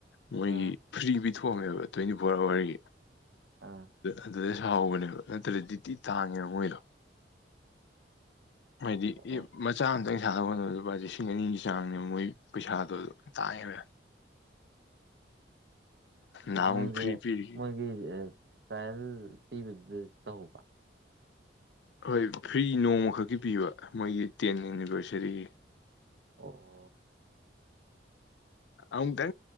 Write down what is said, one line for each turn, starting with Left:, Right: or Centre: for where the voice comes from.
Left: ꯃꯣꯏꯒꯤ
Right: ꯑꯥ
Left: ꯐ꯭ꯔꯤ ꯄꯤꯊꯣꯛꯑꯝꯃꯦꯕ ꯇ꯭ꯋꯦꯟꯇꯤ ꯐꯣꯔ ꯑꯋꯥꯔꯒꯤ
Right: ꯑꯥ
Left: ꯑꯗꯨꯗꯩ ꯍꯥꯎꯒꯅꯦꯕ ꯅꯠꯇ꯭ꯔꯗꯤ ꯗꯤꯇꯤ ꯇꯥꯡꯉꯦ ꯃꯣꯏꯗꯣ ꯍꯥꯏꯗꯤ
Right: ꯑꯣ
Left: ꯃꯆꯥ ꯑꯃꯇꯪ ꯄꯩꯁꯥ ꯀ ꯂꯨꯄꯥ ꯂꯤꯁꯤꯡ ꯑꯅꯤꯒꯤ ꯆꯥꯡꯅꯦꯕ ꯃꯣꯏ ꯄꯩꯁꯥꯗꯣ ꯇꯥꯏꯌꯦꯕ ꯅꯍꯥꯟꯃꯨꯛ
Right: ꯅꯪꯁꯦ
Left: ꯐ꯭ꯔꯤ ꯄꯤꯔꯤ
Right: ꯃꯣꯏꯒꯤ ꯇ ꯇꯤ ꯇ ꯄ
Left: ꯍꯣꯏ ꯐ꯭ꯔꯤ ꯅꯣꯡꯃꯈꯛꯀꯤ ꯄꯤꯕ ꯃꯣꯏꯒꯤ ꯇꯦꯟ ꯑꯦꯅꯤꯚꯔꯁꯔꯤꯒꯤ
Right: ꯑꯣ
Left: ꯑ ꯀ